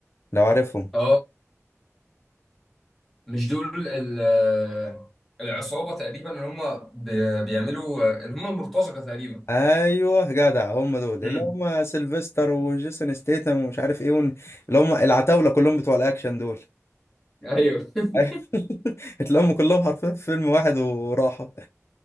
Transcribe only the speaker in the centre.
اه مش دول ال- آه، العصابه تقريبا اللي هم بي- بيعملوا آه، اللي هم المرتزقه تقريبا
امم
ايولا <laughs>